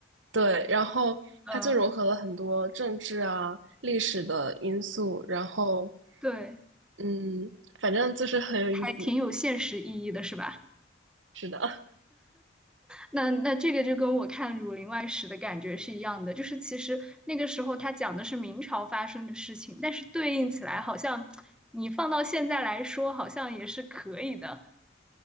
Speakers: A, on the right (about 80°); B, in the centre.
A: 对，然后它就融合了很多政治啊、
B: 嗯，
A: 历史的因素，然后，
B: 对，
A: 嗯，反正就是很有意思，
B: 还挺有现实意义的，是吧？
A: 是的，
B: 那那这个就跟我看《儒林外史》的感觉是一样的，就是其实那个时候他讲的是明朝发生的事情，但是对应起来好像你放到现在来说，好像也是可以的。